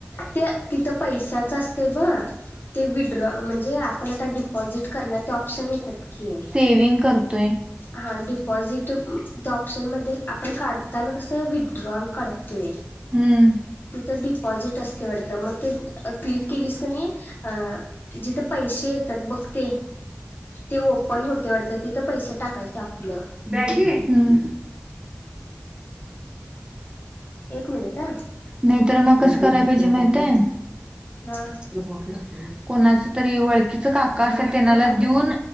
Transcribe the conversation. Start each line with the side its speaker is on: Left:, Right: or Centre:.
Left: ते तिथं पैशच असतय ब ते वि ड्रॉ म्हणजे आपण आता डिपॉझिट करणार ते ऑप्शन येतात की
Right: सेविंग करतोय.
Left: हा डिपॉझिट त्या ऑप्शनमध्ये आपण काढताना कसं विड्रॉल काढतोय.
Right: हम्म.
Left: तिथं डिपॉझिट असतय वाडतं मग ते क्लिक केलीस क नी अ जिथं पैसे येतात बघ ते ते ओपन होते वाडत तिथं पैसे टाकायचं आपलं
Right: बॅगी ये हम्म
Left: एक मिनिट हा
Right: नाय तर म कसं करायला पाहिजे माहित हाय
Left: हा
Right: त्याला पोकीट असते कोणाच तरी ओळखीच काका असतात त्यांनाला देऊन